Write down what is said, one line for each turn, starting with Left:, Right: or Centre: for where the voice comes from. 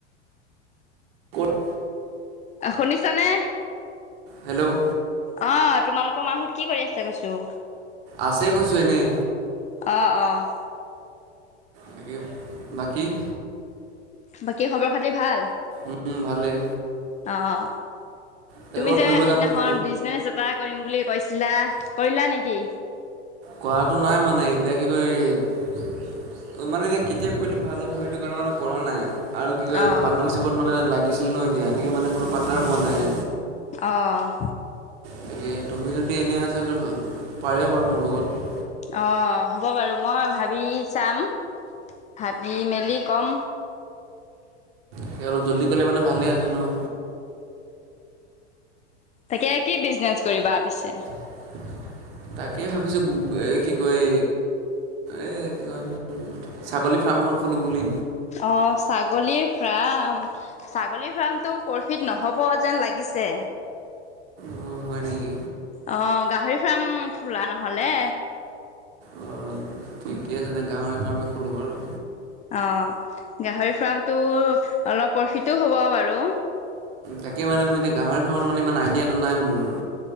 Right: ক'ত?
Left: আ শুনিছা নে?
Right: হেল্লৌ'
Left: অঁ' তোমালোকৰ মাঁ হত কি কৰি আছে কৈছো?
Right: আছে কৈছো এনেই।
Left: অঁ অঁ'
Right: তাকে বাকী, -
Left: বাকী খবৰ খাতি ভাল?
Right: উম' ভালেই।
Left: অঁ
Right: তাই
Left: তুমি
Right: ক'ৰবাত
Left: যে
Right: ফুৰিব
Left: সেইদিনাখন
Right: যাম বুলি
Left: বিজ- বিজনেছ এটা কৰিম বুলি কৈছিলা, কৰিলা নেকি?
Right: কৰাটো নাই মানে, এতিয়া কি কৰি- মানে এতিয়া কেতিয়া কৰিলে ভাল হ'ব? সেইটো কাৰণে মানে কৰা নাই। আৰু কি কয়
Left: অ
Right: পাৰ্টনাৰশ্বিপত মানে লাগিছিল ন এতিয়া এনেকে মানে কোনো পাৰ্টনাৰ পোৱা নাই।
Left: অঁ'
Right: গতিকে, তুমি যদি এনেই আছা পাৰে বাৰু মোৰ লগত।
Left: অঁ হ'ব বাৰু মই ভাবি চাম, ভাবি মেলি ক'ম।
Right: সে অলপ জল্দি কৰিলে মানে ভালে আছিল ন।
Left: তাকে কি বিজনেচ কৰিবা পিছে?
Right: <inaudible> তাকেই ভাবিছোঁ কি কয় এ এ কি কয়- ছাগলী ফাৰ্ম এখন খোলোঁ বুলি।
Left: অঁ' ছাগলী ফাৰ্ম ছাগলী ফাৰ্মটো- প্ৰফিট নহ'ব যেন লাগিছে।
Right: অঁ হয় নেকি?
Left: অঁ' গাহৰি ফাৰ্ম খোলা নহ'লে।
Right: অঁ ঠিকে আছে তেন্তে গাহৰি ফাৰ্মেই খোলোঁ বাৰু।
Left: অঁ' গাহৰি ফাৰ্মটো অলপ প্ৰফিটো হ'ব বাৰু।
Right: তাকে মানে মোৰ এতিয়া গাহৰি ফাৰ্মত মানে ইমান আইডিয়াটো নাই মোৰ।